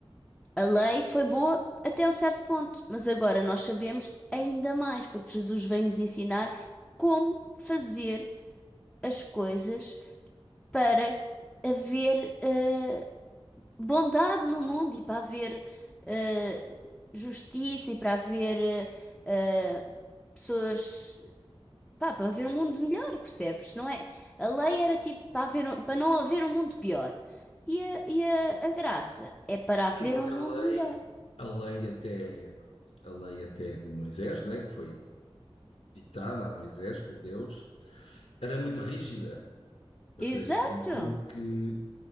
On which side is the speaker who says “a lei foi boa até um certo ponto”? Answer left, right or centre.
Centre